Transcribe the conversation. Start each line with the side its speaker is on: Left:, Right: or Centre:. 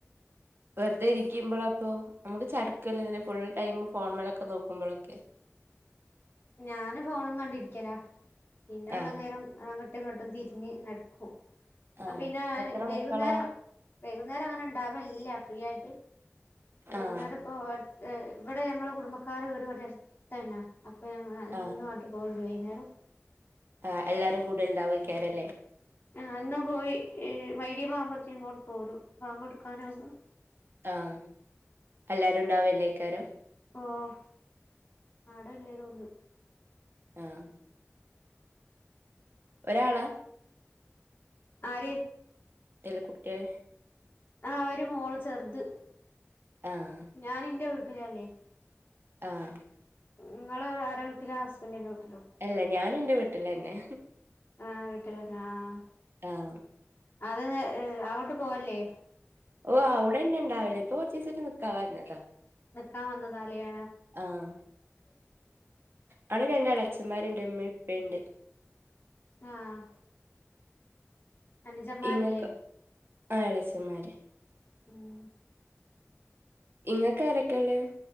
Right: വെറ്തെ ഇരിക്ക്മ്പോയോ പ്പൊ നമുക്ക് ചടുക്കല്ലോ ഫുൾ ടൈം ഫോൺ മലൊക്കെ നോക്കുമ്പോഴൊക്കെ
Left: ഞാന് ഫോണും കണ്ടിരിക്കലാ പിന്നെള്ള
Right: ആഹ്
Left: നേരം അങ്ങോട്ടും ഇങ്ങോട്ടും തിരിഞ് നട്ക്കും
Right: ആഹ്
Left: പിന്നാ
Right: എത്ര
Left: വൈകുന്നേരം
Right: മക്കളാ
Left: വൈകുന്നേരം അങ്ങനെ ഇണ്ടാവല്ല ഫ്രീ ആയിട്ട് വൈകുന്നേരം
Right: ആഹ്
Left: പ്പൊ ഇവിടെ ഞങ്ങളെ കുടുംബക്കാരെ വീട് വടെട്ത്തന്ന അപ്പൊ ഞങ്ങള്
Right: ആഹ്
Left: പൊകുണ്ടോ വെയ്ന്നാരം
Right: ആഹ് എല്ലാരും കൂടല് ണ്ടാവയ്രിക്കരല്ലെ
Left: ആഹ് ന്നും പോയി മയിരിബാവുമ്പത്തിന് ഇങ്ങോട്ട് പോരും ബാങ്ക് കൊടുക്കാനാവുമ്പ
Right: ആഹ് എല്ലാരും ഉണ്ടാവല്ലെക്കാരം
Left: ഓഹ് ആട എല്ലരും ഉണ്ട്
Right: ആഹ് ഒരാളാ
Left: ആര്
Right: എല്ല കുട്ടിയെ
Left: ആഹ് ഒരു മോൾ ചെറുത്
Right: ആഹ്
Left: ഞാന് ഇന്റെ വീട്ടിലല്ലേ
Right: ആഹ്
Left: ഇങ്ങൾ ആരാ വീട്ടിലാ ഹസ്ബൻഡിന്ൻ്റെ വീട്ടിലോ
Right: എല്ല ഞാന് ഇന്റെ വീട്ടിലന്നെ
Left: ആഹ് വീട്ടില്ലന്നെ ആഹ്
Right: ആഹ്
Left: അതെന്തെ അങ്ങോട്ട് പോവല്ല്ലേ
Right: ഓഹ് അവിടെന്നെ ഇണ്ടാവല് ഇപ്പൊ കൊറച്ചിസായിട്ട് നിക്കാൻ വന്നത
Left: നിക്കാൻ വന്നതാലെയ
Right: ആഹ് അവടെ രണ്ട് എളച്ചൻന്മാര്ണ്ട് ഇമ്മീ ഇപ്പീ ഇണ്ട്
Left: ആഹ് അനുജന്മാരില്ലേ
Right: ഇങ്ങക്കോ ആഹ് എളച്ചന്മാര്
Left: ഉം
Right: ഇങ്ങക്ക് ആരൊക്കെയ്ള്ളേ